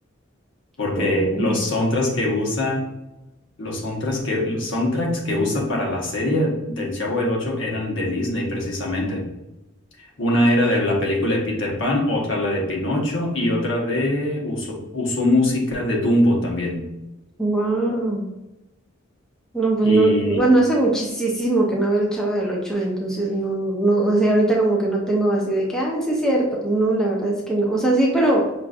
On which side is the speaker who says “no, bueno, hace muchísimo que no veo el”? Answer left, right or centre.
Centre